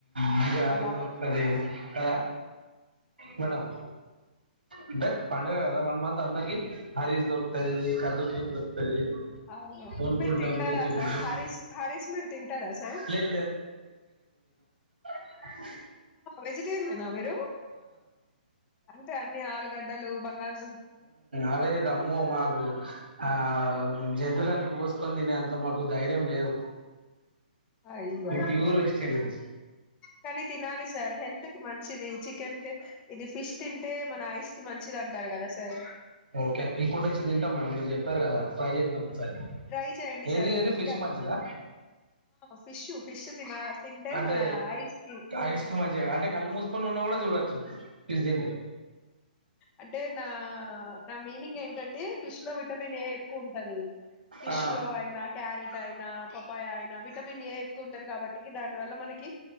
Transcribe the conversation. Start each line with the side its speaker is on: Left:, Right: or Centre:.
Right: మంచిగా హరీష్
Left: అలా
Right: దొరుకుతది కదా మేడం అంటే పండుగ కదా వన్ మంత్ అందరికి హరీష్ దొరుకుతది కద్దు కీర్ దొరుకుతది
Left: అవును
Right: కొనుక్కుంటాం
Left: మీరు తింటారా
Right: తెచ్చుకుంటాం
Left: సార్ హరీష్ హరీష్ మీరు తింటారా సార్
Right: లేదు అ
Left: వెజిటేరియన్ మీరు అంటే అ గడ్డలు బంగాల్
Right: అవేది అమ్మో మాకు ఆ జంతువులలను కోసు చక తని అంత మానకు ధైర్యం లేదు
Left: అయ్యా
Right: మేము ప్యూర్ వెజిటేరియన్స్
Left: కానీ తినాలి సార్ హెల్త్ కి మంచి ఇది చికెన్ క ఇది ఫిష్ తింటే మన ఐస్ కి మంచిది అంటారు కదా సార్
Right: ఓకే ఇప్పుడు నుచ్చి తింటాం మేడడం మీరు చెప్పారు కదా ట్రై చేద్దాం ఒకసారి
Left: ట్రై చేయడి
Right: ఏది
Left: సారు
Right: ఏది
Left: మీగా
Right: ఫిష్ మంచిదా
Left: ఫిష్ు ఫిష్ తిన తింటే
Right: అంటే
Left: మన ఐస్ కి
Right: ఐస్ కు మధ్య అంటే కళ్ళు మూసుకొని ఉన్నా కూడా చూడొచ్చు ఫజే
Left: అంటే నా నా మీనింగ్ ఏంటంటే ఫిష్ లో విటమిన్ ఏ ఎక్కువ ఉంటు ది ఫిష్
Right: ఆ
Left: లో అయినా క్యారెట్ అయినా పప్పాయ అయి విటమిన్ ఏ ఎక్కువ ఉంటది కాబట్టికి దాని వల్ల మనకి